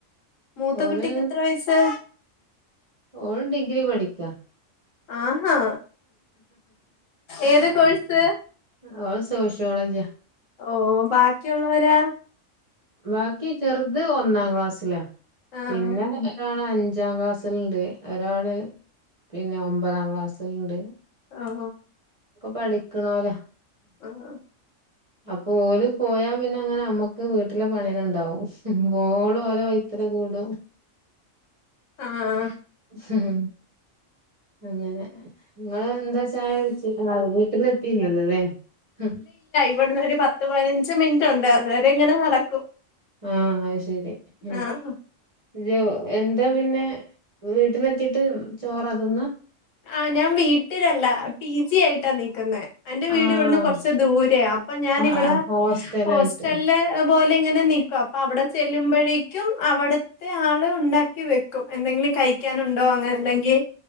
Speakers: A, on the left; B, on the right.
A: മൂത്ത
B: ഓല്
A: കുട്ടിക്ക് എത്ര വയസ്സ്
B: ഓള് ഡിഗ്രി പഠിക്കാ
A: ആഹാ ഏത് കോഴ്സ്
B: ഓള് സോഷോളജിയ
A: ഓ ബാക്കിയുള്ളവരോ
B: ബാക്കി ചെറുത് ഒന്നാം ക്ലാസ്സില
A: ആഹ്
B: പിന്നെ ഒരാൾ അഞ്ചാം ക്ലാസ്സിൽ ഉണ്ട് ഒരാള് പിന്നെ ഒമ്പതാം ക്ലാസ്സിൽ ഉണ്ട്
A: ഓഓ
B: പഠിക്കണോല്ല
A: ആഹ്
B: അപ്പൊ ഓര് പോയാ പിന്നെ അങ്ങനെ നമ്മക്ക് വീട്ടിലെ പണി ഉണ്ടാവും മോള് ഓലെ വഴികല. കൂട
A: ആഹ്
B: ഹു ഹും അങ്ങനെ നിങ്ങള് എന്താ ചായ കുടിച്ചുകു ണോ വീട്ടിലെത്തി വീട്ടിലെത്തി ഇല്ലല്ലോ ലേ-
A: ഇവിടന്ന് ഒരു പത്ത് പതിനഞ്ച് മിനിറ്റ്ണ്ട് അതുവരെങ്ങനെ നടക്കും.
B: ആഹ് അത് ശരി ഉം.
A: ആഹ്
B: രോ എന്താ പിന്നെ വീട്ടിലെത്തിട്ട് ചോറ തിന്നാ.
A: ആഹ് ഞാൻ വീട്ടിലല്ല പി ജി ആയിട്ടാ നിക്കുന്നെ എന്റെ വീട്
B: ആഹ്
A: ഇവിടുന്ന് കുറച്ച് ദൂരയാ അപ്പോ ഞാനിവിടെ
B: ആഹ് ഹോസ്റ്റലായിട്ട്
A: ഹോസ് റ്റലിലെ ബോയ് ഇങ്ങനെ നിക്കാ അവിടെ ചെല്ലുമ്പോഴേക്കും അവിടത്തെ ആള് ഉണ്ടാക്കി വെക്കും. എന്തെങ്കിലും കഴി കിക്കാനുണ്ടോ അങ്ങനെല്ലെങ്കി